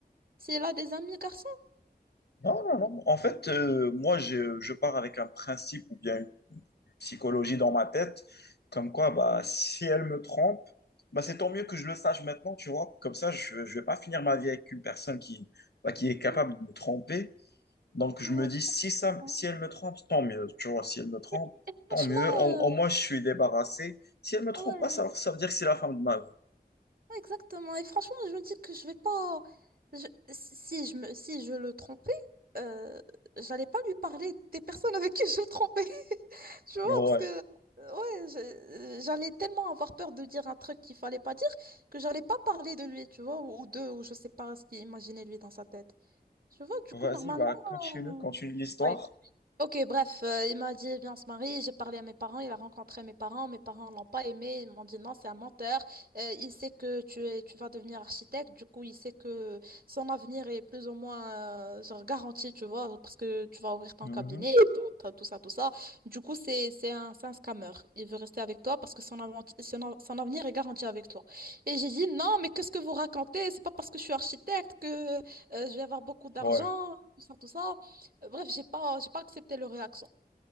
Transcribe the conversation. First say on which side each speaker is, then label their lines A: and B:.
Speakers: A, on the right (about 65°); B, on the left (about 85°).
A: si elle a des amis garçons?
B: Non, non, non. En fait, euh, moi, je, je pars avec un principe ou bien une une psychologie dans ma tête, comme quoi, bah, si elle me trompe, bah, c'est tant mieux que je le sache maintenant, tu vois. Comme ça, je ne vais pas finir ma vie avec une personne qui, bah, qui est capable
A: Ouais,
B: de me tromper. Donc,
A: ouais,
B: je me
A: exactement.
B: dis, si ça, si elle me trompe, tant mieux, tu vois. Si elle me trompe,
A: Et, et franchement,
B: tant mieux. Au, au
A: euh,
B: moins, je suis débarrassé. Si elle me trompe
A: ouais,
B: pas, ça, ça veut dire que c'est la fin de ma vie.
A: ouais, exactement. Et franchement, je me dis que je vais pas. je- si si je me, si je le trompais, euh, j'allais pas lui parler des personnes avec qui je le trompais. <laughs> Tu vois,
B: Ouais.
A: parce que euh, ouais, je- euh, j'allais tellement avoir peur de dire un truc qu'il fallait pas dire que j'allais pas parler de lui, tu vois, ou, ou d'eux, ou je sais pas ce qu'il imaginait lui dans sa tête. Tu vois, du
B: Vas-y,
A: coup, normalement.
B: bah, continue,
A: euh,
B: continue l'histoire.
A: ouais Ok, bref, euh, il m'a dit, viens, on se marie. J'ai parlé à mes parents, il a rencontré mes parents. Mes parents l'ont pas aimé. Ils m'ont dit, non, c'est un menteur. Euh, il sait que tu es, tu vas devenir architecte. Du coup, il sait que son avenir est plus ou moins euh, genre garanti, tu vois, parce que tu vas ouvrir ton
B: Mhm.
A: cabinet et tout, t'as tout ça, tout ça. Du coup, c'est, c'est un, c'est un scammer. Il veut rester avec toi parce que son, avanti- son, av- son avenir est garanti avec toi. Et j'ai dit, non, mais qu'est-ce que vous racontez? C'est pas parce que je suis architecte que euh, je vais avoir beaucoup d'argent,
B: Ouais.
A: tout ça, tout ça. Euh, Bref, j'ai pas, j'ai pas accepté leur réaction.